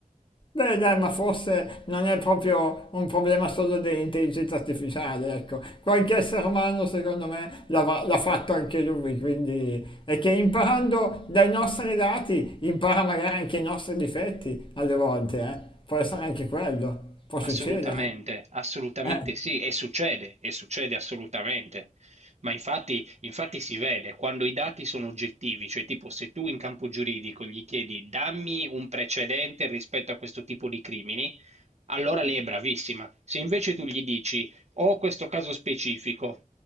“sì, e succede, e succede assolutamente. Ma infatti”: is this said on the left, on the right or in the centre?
Right